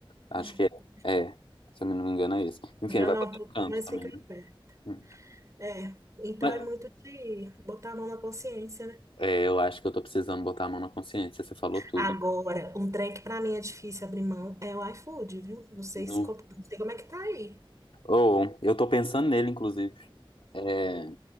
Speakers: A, on the left (about 80°); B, on the right (about 35°).
A: Acho
B: Ah,
A: que é. É. Se eu não me engano, é isso. Enfim,
B: Tem que
A: ele
B: andar
A: vai pra
B: um
A: todo
B: pouquinho,
A: canto
B: mas
A: também,
B: fica em
A: né?
B: pé.
A: Hum.
B: É, então
A: Mas
B: é muito de botar a mão na consciência, né?
A: é, eu acho que eu tô precisando botar a mão na consciência. Você falou tudo.
B: Agora, um trem que pra mim é difícil abrir mão é o iFood, viu? Não sei,
A: Nu.
B: se, co- não sei como é que tá aí.
A: Ou, eu tô pensando nele, inclusive. É,